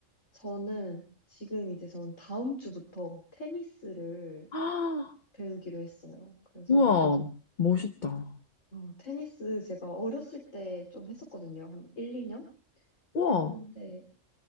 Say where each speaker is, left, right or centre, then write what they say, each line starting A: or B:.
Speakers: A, on the left; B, on the left.
A: 저는 지금 이제 전 다음 주부터 테니스를
B: <gasps>
A: 배우기로 했어요. 그래서
B: 우와, 멋있다.
A: 어, 테니스 제가 어렸을 때 좀 했었거든요. 한 1, 2년
B: 우와.
A: 했는데